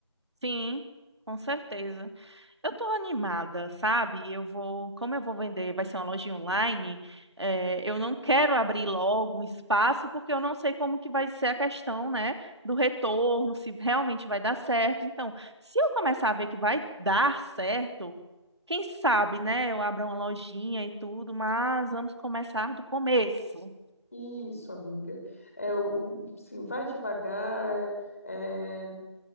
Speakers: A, on the right; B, on the left.
A: Sim, com certeza. Eu tô animada, sabe? Eu vou, como eu vou vender, vai ser uma lojinha online, eh, eu não quero abrir logo um espaço, porque eu não sei como que vai ser a questão, né, do retorno, se realmente vai dar certo. Então, se eu começar a ver que vai dar certo, quem sabe, né, eu abra uma lojinha e tudo, mas vamos começar do começo.
B: Isso, amiga. É, o, assim, vai devagar, é,